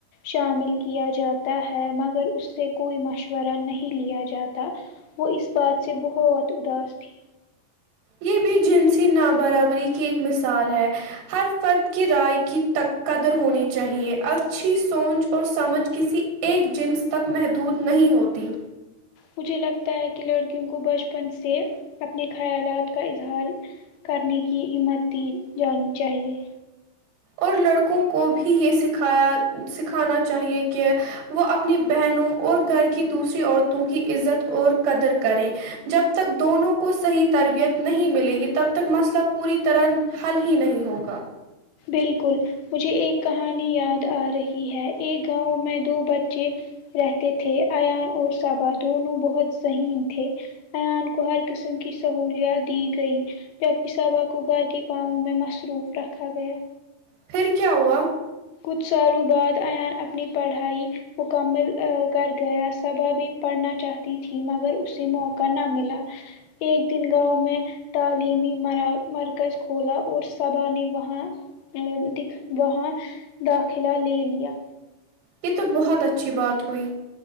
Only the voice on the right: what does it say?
یہ بھی جنسی ن برابری کی ایک مثال ہے ہر فرد کی رائے کی قدر ہونی چاہیئے اچھی سوچ اور سمجھ کسی ایک جنس تک محدود نہیں ہوتی
اور لڑکوں کو بھی یہ سکھایا سکھانا چاہیئے کہ وہ اپنی بہنوں اور گھر کی دوسری عورتوں کی عزت اور قدر کریں جب تک دونوں کو صحیح تربیت نہیں ملے گی تب تک مسئلہ پوری طرح حل ہی نہیں ہوگا
پھر کیا ہوا
یہ تو بہت اچھی بات ہوئی